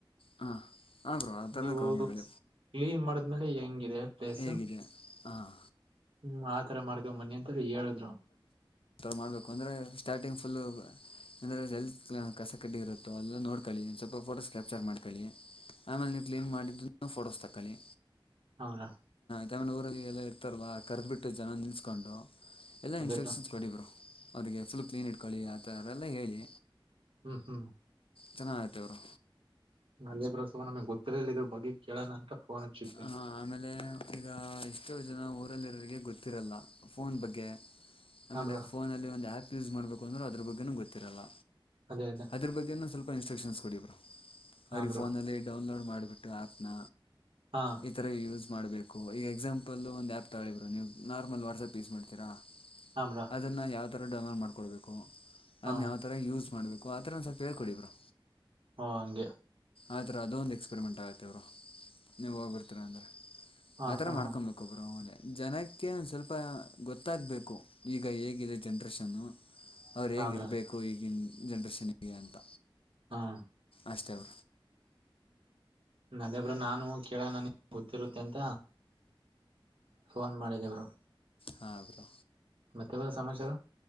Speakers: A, on the left; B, on the right.
A: ಹಾ ಹ ಬೋ ಅತ್ತನ
B: ನೀವು
A: ಕರ್ಮ ಕಳ
B: ಕ್ಲೀನ್ ಮಾಡಿದ್ಮೇಲೆ ಹೆಂಗಿದೆ ಪ್ಲೇಸ್
A: ಹೇಗಿದೆ ಹಾಂ
B: ಹ್ಮ ಥರ ಮಾಡ್ಕೊಂಡಂಬನ್ನಿ ಅಂತ ಹೇಳಿದ್ರು
A: ಮಾಡ್ಬೇಕು ಅಂದ್ರೆ ಸ್ಟಾರ್ಟಿಂಗ್ ಫುಲ್ ಅಂದ್ರೆ ಎಲ್ ಕಸ ಕಡ್ಡಿ ಇರುತ್ತೋ ಅಲ್ಲ ನೋಕೊಳ್ಳಿ ಒ ಸ್ವಲ್ಪ ಫೋಟೋಸ್ ಕ್ಯಾಪ್ಚರ್ ಮಾಡ್ಕೊಳ್ಳಿ ಆಮೇಲೆ ನೀ ಕ್ಲೀನ್ ಮಾಡಿದ್ದು ಫೋಟೋಸ್ ತಕ್ಕೊಳ್ಳಿ
B: ಹೌದಾ
A: ತಮ್ಮನ ಊರಲ್ಲಿ ಎಲ್ಲ ಇರ್ತಾರಲ್ ಕರೆದಬಿಟ್ಟು ಜನ ನಿಲ್ಲಸ್ಕೊಂಡು ಎಲ್ಲ
B: ಅದೇ
A: ಇನ್ಸ್ಟ್ರಕ್ಷನ್ಸ್
B: ಬ್ರೋ
A: ಕೊಡಿಬರು ಅವರಿಗೆ ಫುಲ್ ಕ್ಲೀನ್ ಇಟ್ಕೊಳ್ಳಿ ಆ ಥರ ಎಲ್ಲ ಹೇಳಿ
B: ಹ್ಮ್ ಹ್ಮ್
A: ಚೆನ್ನಾಗಐತೆ ಅವರು
B: ಅ ಬರೋಸ ನಮಗೆ ಗೊತ್ತಿಲ್ಲ ಇದ್ರ ಬಗ್ಗೆ ಕೇಳೋಣ ಅಂತ ಫೋನ್ ಹಚ್ಚಿದ್ವಿ
A: ಹ ಆಮೇಲೆ ಈಗ ಎಷ್ಟೋ ಜನ ಊರಲ್ಲಿರೋರಿಗೆ ಗೊತ್ತಿರಲ್ಲ ಫೋನ್ ಬಗ್ಗೆ ಆಮೇಲೆ
B: ಹಾ ಬ್ರೋ
A: ಫೋನಲ್ಲಿ ಒಂದು ಆ್ಯಪ್ ಯೂಸ್ ಮಾಡ್ಬೇಕು ಅಂದ್ರೆ ಅದ್ರ ಬಗ್ಗೆ ಗೊತ್ತಿರಲ್ಲ
B: ಅದೇ ಅದೇ
A: ಅದ್ರ ಬಗ್ಗೆ ಸ್ವಲ್ಪ ಇನ್ಸ್ಟ್ರಕ್ಷನ್ಸ್ ಕೊಡರು
B: ಹಾ
A: ಅವ್ರ
B: ಬ್ರೋ
A: ಫೋನಲ್ಲಿ ಡೌನ್ಲೋಡ್ ಮಾಡ ಬಿಟ್ಟು ಆಪ್ನ
B: ಹಾ
A: ಇ ತರ ಯೂಸ್ ಮಾಡ್ಬೇಕು ಈಗ ಎಕ್ಸಾಂಪಲ್ ಒಂದ್ ಆಪ್ ತಗಳಿಬ್ರ ನೀವು ನಾರ್ಮಲ್ ವಾಟ್ಸ್ಆಪ್ ಯೂಸ್ ಮಾಡ್ತೀರಾ
B: ಹಾ ಬ್ರೋ
A: ಅದನ್ನು ಯಾವ ಥರ ಡೌನ್ಲೋಡ್ ಮಾಡ್ಕೊಡ್ಬೇಕು ಅದನ್ನ
B: ಹಾ
A: ಯಾವ ಥರ ಯೂಸ್ ಮಾಡ ಮಾಡಬೇಕು ಆ ಥರ ಒಂದು ಸ್ವಲ್ಪ ಹೇಳ್ಡಿಬ್ರಾ
B: ಹಾ ಹಂಗೆ
A: ಆ ಥರ ಅದೊಂದು ಎಕ್ಸ್ಪೆರಿಮೆಂಟ್ ಆಗುತ್ತೆ ಇವರು ನೀವು ಹೋಗಿರ್ತೀರಾ ಅಂದರೆ
B: ಹಾ
A: ಆತರ
B: ಹಾ
A: ಮಾಡ್ಕೊಬೇಕುಬ್ರ ಅವ ಜನಕ್ಕೆ ಒಂದು ಸ್ವಲ್ಪ ಗೊತ್ತಾಗಬೇಕು ಈಗ ಹೇಗಿದೆ ಜನ್ರೇಷನ್ನು ಅವ್ರ
B: ಹಾ
A: ಹೇಗಿರ್ಬೇಕು
B: ಬ್ರೋ
A: ಈಗಿನ ಜನ್ರೇಷನ್ಗೆ ಅಂತ
B: ಹಾ
A: ಅಷ್ಟೇ ಬರ
B: ನದೇಬ್ರ ನಾನು ಕೇಳ ನನ ಗೊತ್ತಿರುತ್ತೆ ಅಂತ ಫೋನ್ ಮಾಡಿದವರು
A: ಹಾ ಬ್ರೋ
B: ಮತ್ತೆ ಬ್ರೋ ಸಮಾಚಾರ